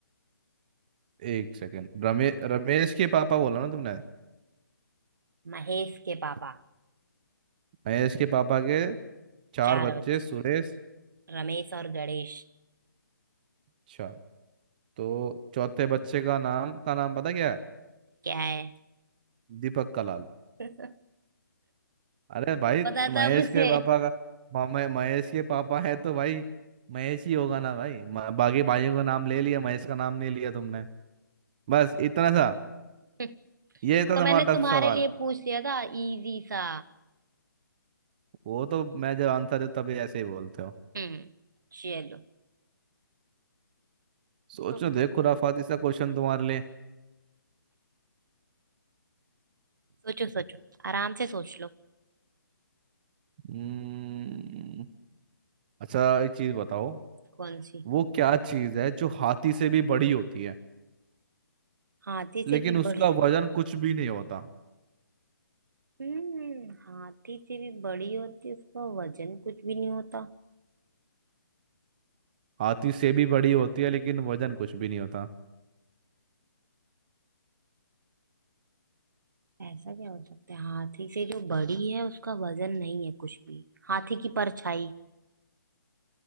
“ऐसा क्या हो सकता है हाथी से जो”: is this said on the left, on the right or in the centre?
Right